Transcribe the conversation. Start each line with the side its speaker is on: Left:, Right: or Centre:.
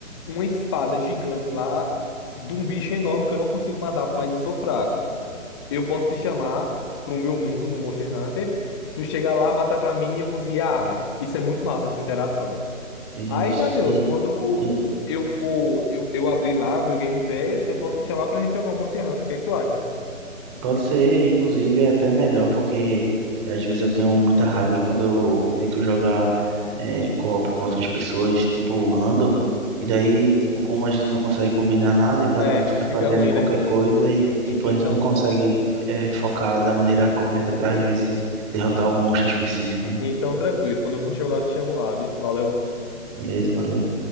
Left: uma espada gigante lá de um bicho enorme que eu não consigo matar porque eu ainda sou fraco. Eu posso te chamar pro meu mundo no Monster Hunter. Tu chegar lá, matar pra mim e eu conseguir a arma. Isso é muito massa, essa interação.
Right: isso,
Left: Aí, Matheus,
Right: e,
Left: quando
Right: e é.
Left: eu for, eu, eu abrir lá meu Game Pass, eu posso te chamar pra gente jogar um Monster Hunter. O que é que tu acha?
Right: Pode ser, inclusive, é até melhor, porque às vezes eu tenho muita raiva quando eu tento jogar é, co-op com outras pessoas, tipo random, e daí, tipo, como a gente não consegue combinar nada e cada
Left: É,
Right: um fica
Left: fica
Right: fazendo
Left: ruim,
Right: qualquer
Left: né?
Right: coisa e, tipo,
Left: E- então,
Right: a gente não consegue é, focar da maneira correta para,
Left: e-
Right: às vezes, derrotar um monstro específico, né?
Left: então tranquilo. Quando eu for jogar, eu te chamo lá, viu? Valeu.
Right: Beleza, valeu.